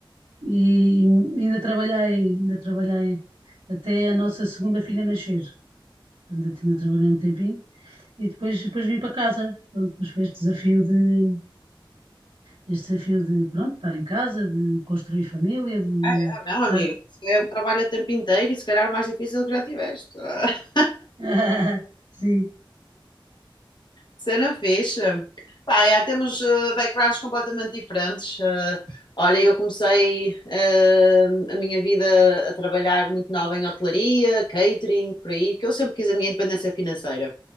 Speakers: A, on the right; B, on the left.
A: e ainda trabalhei, ainda trabalhei até a nossa segunda filha nascer. Portanto, ainda trabalhei um tempinho. E depois, depois vim para casa. Pronto, depois foi este desafio de, este desafio de, pronto, estar em casa, de construir família, de
B: Ah, é? Não,
A: estar.
B: amigo. Isso É um trabalho a tempo inteiro e se calhar o mais difícil que já tiveste. <laughs> Ah,
A: <laughs> Sim,
B: Cena fixe. Pá, é, temos eh, backgrounds completamente diferentes. Eh, olha, eu comecei eh, a minha vida a trabalhar muito nova em hotelaria, catering, por aí, que eu sempre quis a minha independência financeira.